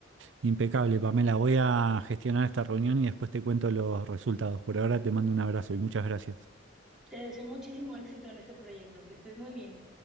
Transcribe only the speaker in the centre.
Te deseo muchísimo éxito en este proyecto, que estés muy bien.